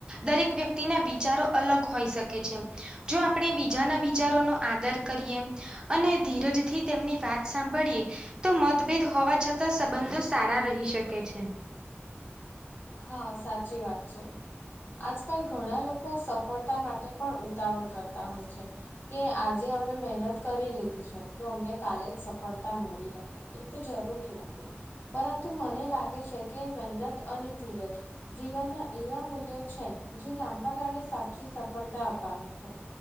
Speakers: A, on the right (about 20°); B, on the left (about 55°).
A: દરેક વ્યક્તિના વિચારો અલગ હોઈ શકે છે. જો આપણે બીજાના વિચારોનો આદર કરીએ અને ધીરજથી તેમની વાત સાંભળીએ તો મતભેદ હોવા છ તા સંબંધો સારા રહી શકે છે.
B: હા સાચી વાત છે. આજકાલ ઘણા લોકો સફળતા માટે પણ ઉતાવળ કરતા હોય છે. કે આજે અમે મહેનત કરી લીધી છે તો અમને કાલે જ સ ફળતા મળી રહે એ તો જરૂરી નથી પરંતુ મને લાગે છે કે મહેનત અને ધીરજ જીવનના એવા મૂલ્યો છે જે લાંબા ગાળે સાચી સફળતા અપાવે છે.